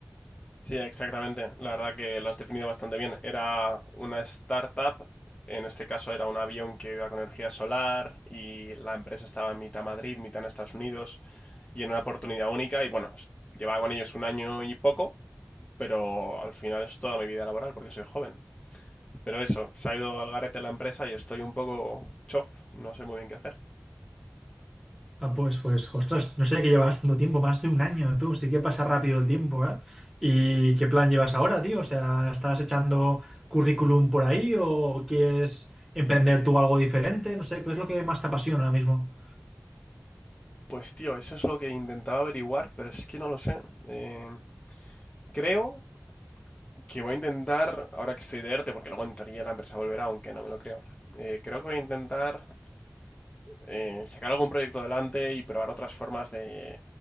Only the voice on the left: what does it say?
Sí, exactamente. La verdad que lo has definido bastante bien. Era una startup, en este caso era un avión que iba con energía solar y la empresa estaba en mitad Madrid, mitad en Estados Unidos. y en una oportunidad única. Y bueno, es- llevaba con ellos un año y poco, pero al final es toda mi vida laboral porque soy joven. Pero eso, se ha ido al garete la empresa y estoy un poco chof, no sé muy bien qué hacer.
Pues tío, eso es lo que intentaba averiguar, pero es que no lo sé. Eh, creo que voy a intentar, ahora que estoy de ERTE, porque luego en teoría la empresa volverá, aunque no me lo creo. eh, creo que voy a intentar eh, sacar algún proyecto adelante y probar otras formas de,